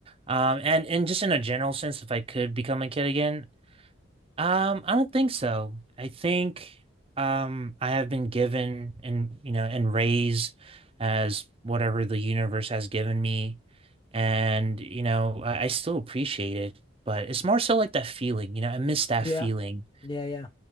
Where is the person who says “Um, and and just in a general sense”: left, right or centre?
Right